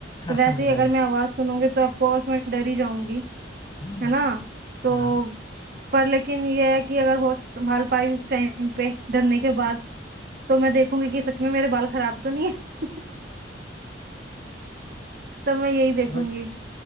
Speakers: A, on the left; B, on the right.
A: हाँ
B: तो वैसे
A: हाँ
B: ही
A: राइट
B: अगर मैं आवाज सुनूंगी तो ऑफ कोर्स मैं डर ही जाऊंगी
A: हाँ
B: है ना तो
A: हाँ
B: पर लेकिन ये है कि अगर होश संभाल पाई उस टाइम पे डरने के बाद तो मैं देखूंगी कि सच में मेरे बाल खराब तो नहीं है <laughs> तब मैं यही देखूंगी
A: बट